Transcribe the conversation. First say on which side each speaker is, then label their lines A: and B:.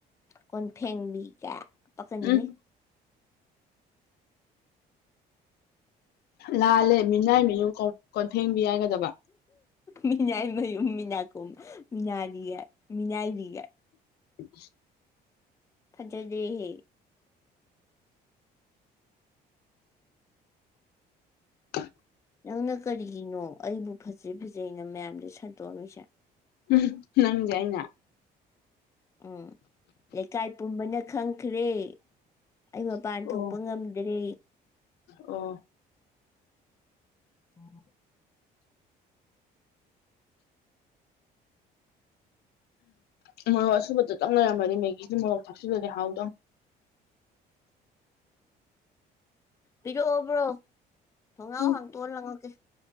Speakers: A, on the left (about 15°); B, on the left (about 70°).
A: ꯀꯣꯟꯐꯦꯡꯕꯤꯒ ꯄꯛꯀꯅꯤꯌꯦ
B: ꯎꯝ ꯂꯥꯜꯂꯦ ꯃꯤꯅꯥꯏ ꯃꯌꯨꯝ ꯀꯣꯟ ꯀꯣꯟꯐꯦꯡꯕꯤ ꯍꯥꯏꯒꯗꯕ
A: ꯃꯤꯅꯥꯏꯃꯌꯨꯝ ꯃꯤꯅꯥꯀꯨꯝ ꯃꯤꯅꯥꯔꯤꯒꯥꯏ ꯃꯤꯅꯥꯏꯔꯤꯒꯥꯏ
B: ꯎꯝ
A: ꯐꯖꯗꯦꯍꯦ
B: ꯑꯣꯏ
A: ꯅꯪꯅ ꯀꯔꯤꯒꯤꯅꯣ ꯑꯩꯕꯨ ꯐꯖꯩ ꯐꯖꯩꯩꯅ ꯃꯌꯥꯝꯗ ꯁꯟꯇꯣꯛꯑꯝꯃꯤꯁꯦ
B: ꯎ ꯅꯪꯖꯦ ꯑꯩꯅ
A: ꯎꯝ ꯂꯩꯀꯥꯏ ꯄꯨꯝꯕꯅ ꯈꯪꯈ꯭ꯔꯦ ꯑꯩ ꯃꯄꯥꯟ
B: ꯑꯣ
A: ꯊꯣꯛꯄ ꯉꯝꯗ꯭ꯔꯦ
B: ꯑꯣ
A: ꯑ
B: ꯎꯝ ꯃꯣꯔꯣꯛ ꯑꯁꯨꯕꯗꯣ ꯇꯪꯅꯔꯝꯃꯅꯤ ꯃꯩꯒꯤꯗꯤ ꯃꯣꯔꯣꯛ ꯊꯥꯛꯆꯜꯂꯗꯤ ꯍꯥꯎꯗꯧ
A: ꯄꯤꯔꯛꯑꯣꯕ꯭ꯔꯣ ꯊꯣꯡꯅꯥꯥꯎ
B: ꯎꯝ
A: ꯍꯥꯡꯇꯣꯛꯑꯣ ꯂꯪꯉꯛꯒꯦ